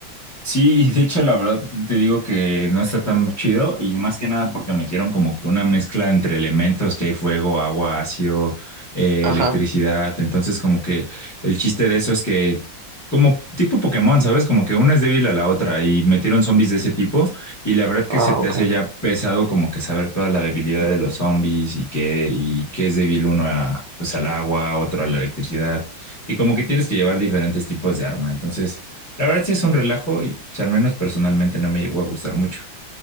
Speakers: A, on the left; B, on the right.
A: Sí, y de hecho la verdad te digo que no está tan chido y más que nada porque metieron como que una mezcla entre elementos que hay fuego, agua, ácido, eh,
B: Ajá.
A: electricidad, entonces como que el chiste de eso es que como tipo Pokémon, ¿sabes? Como que una es débil a la otra y metieron zombies de ese tipo y la verdad que
B: Ah,
A: se te
B: ok.
A: hace ya pesado como que saber toda la debilidad de los zombies y que y qué es débil uno a pues al agua, otro a la electricidad y como que tienes que llevar diferentes tipos de arma, entonces la verdad sí es un relajo y pues, al menos personalmente no me llegó a gustar mucho.